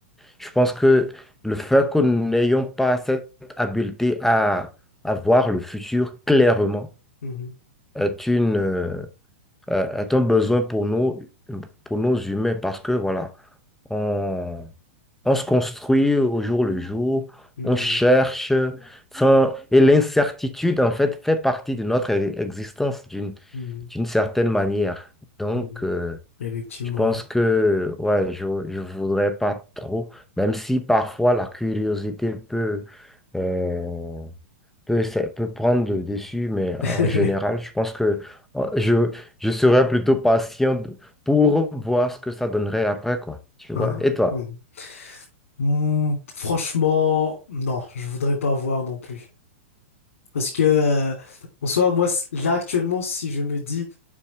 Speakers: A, in the centre; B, on the left.
A: Je pense que le fait que nous n'ayons pas cette habileté à, à voir le futur clairement
B: Mhm.
A: est une. euh, euh, est un besoin pour nous, pour nos humains, parce que voilà, on, on se construit au jour le jour,
B: Mhm.
A: on cherche, enfin, et l'incertitude, en fait, fait partie de notre e- existence d'une
B: Mhm.
A: d'une certaine manière. Donc,
B: Mhm.
A: euh,
B: Effectivement,
A: je pense
B: ouais.
A: que, ouais, je ne voudrais pas trop, même si parfois la curiosité peut, euh, peut, ça peut prendre le dessus, mais
B: <laughs>
A: en général, je pense que euh, je, je serais plutôt patient de- pour voir ce que ça donnerait après, quoi. Tu
B: Hein,
A: vois? Et toi?
B: hein. Mm, franchement, non, je voudrais pas voir non plus. Parce que, euh, en soi, moi, c- là, actuellement, si je me dis,